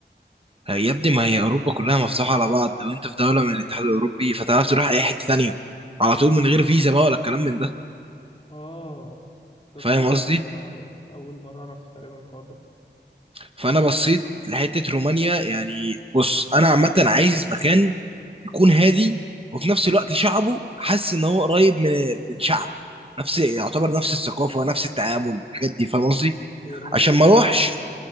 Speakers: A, on the right (about 30°); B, on the left (about 30°).
A: يا ابني ما هي اوروبا كلها مفتوحه على بعض لو انت في دوله من الاتحاد الاوروبي فتعرف تروح اي حته تانية على طول من غير فيزا بقى ولا الكلام من ده
B: اه طب
A: فاهم
B: تصدق
A: قصدي
B: آه، اول مره اعرف تقريبا الحوار ده
A: فانا بصيت لحته رومانيا يعني بص انا عامه عايز مكان يكون هادي وفي نفس الوقت شعبه حاسس ان هو قريب من من شعب نفس يعتبر نفس الثقافه نفس التعامل الحاجات دي فاهم قصدي
B: هي رومانيا
A: عشان
B: كده
A: ما اروحش